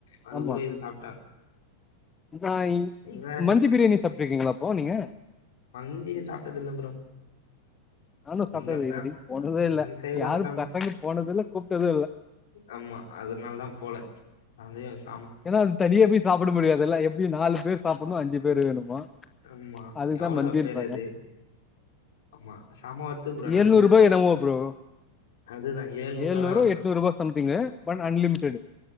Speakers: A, on the left; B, on the left.
A: அது
B: ஆமா
A: கூட இது சாப்பிட்டா
B: நா இங்
A: நீங்க வேற
B: மந்தி பிரியாணி இருக்கீங்களாப்போ நீங்க
A: மந்தி சாப்ட்டதுல்ல ப்ரோ
B: நானு சாப்ட்டது
A: எங்க ஃபேம்
B: இது வரைக்கு போனதே இல்ல
A: இந்த சைட்லாம்
B: யாரும்
A: ஃபேமஸ்
B: பசங்க போனது இல்ல கூப்ட்டது இல்ல
A: ஆமா அதனாலதா போல அதே யோசி
B: ஏனா அது தனியா போய் சாப்பிட முடியாதுல்ல எப்படி நாலு பேர் சாப்புடனு அஞ்சு பேரு வேணும்பா
A: ஆமா
B: அதுக்தா
A: எவ்வளோ
B: மந்தின்பாங்க
A: பேர் அது ஆமா செம ஒர்த்து ப்ரோ ஆனா
B: எழுநூறுபாய்
A: அது
B: என்னமோ ப்ரோ
A: அதுதான் ஏழ்நூறு
B: ஏழுநூறு
A: ரூபா தான்
B: எட்நூறுவா சம்திங் பன் அன்லிமிட்டடு